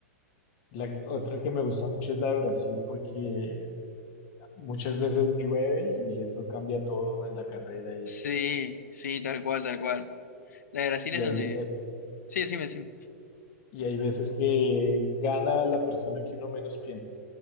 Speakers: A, on the left; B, on the left.
A: La que- otra que me gusta mucho es la de Brasil porque muchas veces llueve y eso cambia todo en la carrera y,
B: Sí, sí, tal cual, tal cual. La de Brasil
A: y
B: es
A: hay,
B: donde... Sí, sí, sí.
A: Y hay veces que gana la persona que uno menos piensa.